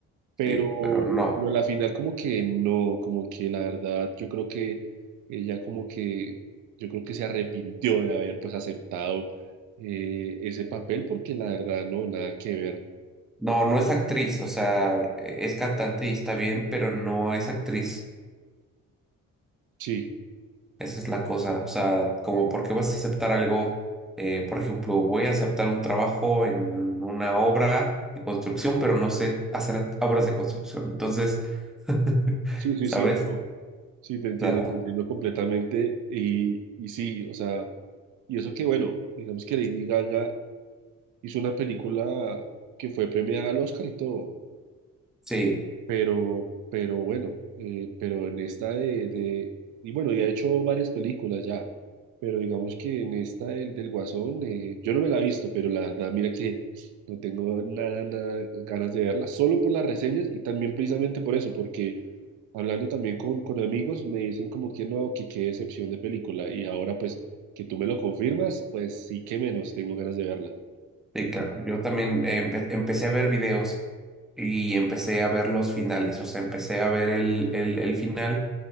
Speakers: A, on the right; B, in the centre.
A: pero,
B: sí, pero no.
A: pero a la final como que no, como que la verdad yo creo que ella como que, yo creo que se arrepintió de haber pues aceptado eh, ese papel porque la verdad no, nada que ver.
B: No, no es actriz. O sea, e- es cantante y está bien, pero no es actriz.
A: Sí,
B: Esa es la cosa. O sea, como por qué vas a aceptar algo, eh, por ejemplo, voy a aceptar un trabajo en una obra de construcción, pero no sé hacer obras de construcción. Entonces, <laughs>
A: sí, sí,
B: ¿sabes?
A: sí, no, sí, te entiendo,
B: sea,
A: te entiendo completamente y, y sí, o sea, y eso que bueno, digamos que Lady Gaga hizo una película que fue premiada al Oscar y todo.
B: sí,
A: Pero, pero bueno, eh, pero en esta de, de- y bueno, ya ha hecho varias películas ya, pero digamos que en esta del, del Guasón, eh, yo no me la he visto, pero la verdad, mira que no tengo nada, nada ganas de verla, solo por las reseñas y también precisamente por eso, porque hablando también con, con amigos me dicen como que no, que qué decepción de película, y ahora pues que tú me lo confirmas, pues sí que menos tengo ganas de verla.
B: sí, claro. Yo también empe- empecé a ver videos y empecé a ver los finales. O sea, empecé a ver el, el, el final